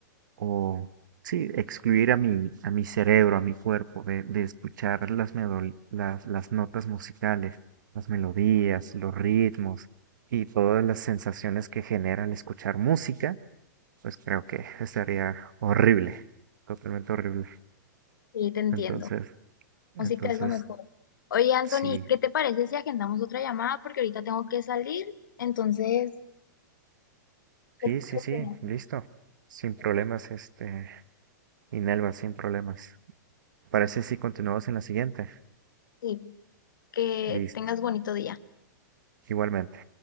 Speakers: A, on the right (about 75°); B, on the left (about 85°).
A: o, sí, excluir a mi, a mi cerebro, a mi cuerpo de, de escuchar las, medol- las, las notas musicales, las melodías, los ritmos y todas las sensaciones que genera al escuchar música, pues creo que estaría horrible, totalmente horrible.
B: Sí, te entiendo.
A: Entonces, entonces,
B: Música es lo mejor. Oye, Anthony,
A: sí,
B: ¿qué te parece si agendamos otra llamada? Porque ahorita tengo que salir. Entonces,
A: sí,
B: ¿qué
A: sí,
B: qué opinas?
A: sí, listo. Sin problemas,
B: Ok.
A: este, Inelva, sin problemas. Parece si continuamos en la siguiente.
B: Sí, que
A: Listo.
B: tengas bonito día.
A: Igualmente.